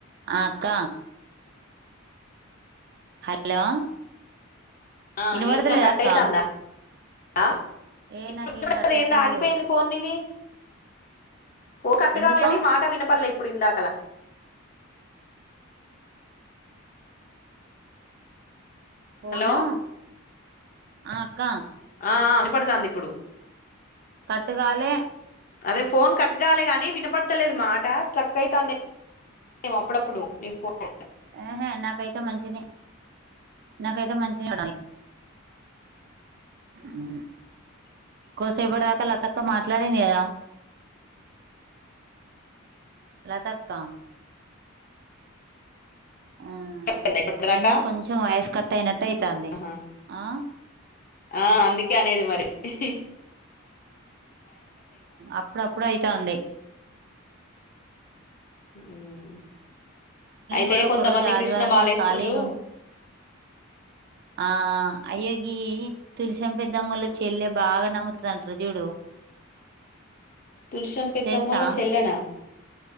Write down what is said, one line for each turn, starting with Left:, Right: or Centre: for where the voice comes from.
Right: ఆ అక్క హలో
Left: ఆ
Right: వినబడతలేదా
Left: ఏంద్రా కట్టయితాందా
Right: అక్క
Left: ఆ
Right: ఏ
Left: ఇప్పుడిప్పు
Right: నాకేం కట్
Left: అది
Right: అయితలేదు
Left: ఏంది ఆగిపోయింది ఫోన్ నీది ఓ కట్టుగాలెగని
Right: ఎందుకు
Left: మాట వినపడలే ఇప్పుడు ఇందాకలా
Right: ఫోను
Left: హలో
Right: ఆ అక్క
Left: ఆ ఆ వీణపడతాందిప్పుడు
Right: కట్టుగాలె
Left: అదే ఫోన్ కట్గాలే గాని వినపడతలేదు మాట స్ట్రక్ అయితంది అప్పుడప్పుడు నీ ఫోన్
Right: యెహేయ్ నాకైతే మంచినె నాకైతే మంచిగనె ఉమ్ హు కోసేపటి దాకా లతక్క మాట్లాడింది కదా లతక్క ఉమ్
Left: ఉందా ఇప్పటి దాకా
Right: ఏందో కొంచెం వాయిస్ కట్టు అయినట్టు అయితంది
Left: ఆహా
Right: ఆ
Left: ఆ అందుకే అనేది మరి హిహి
Right: అప్పుడప్పుడయితాంది
Left: ఉమ్ అయితే
Right: కూడా ఒక
Left: కొంతమంది
Right: రోజు ఆదివారం
Left: కృష్ణ మాలేస్కూ
Right: రోజు ఖాళీగా
Left: నురు
Right: ఉం ఆ అయ్యో గీ తులసం పెద్దామ్మొళ్ల చెల్లె బాగా నమ్ముతుందంటారు చూడు
Left: తులసం పెద్దామ్మొల్ల
Right: తెలుసా
Left: చెల్లెనా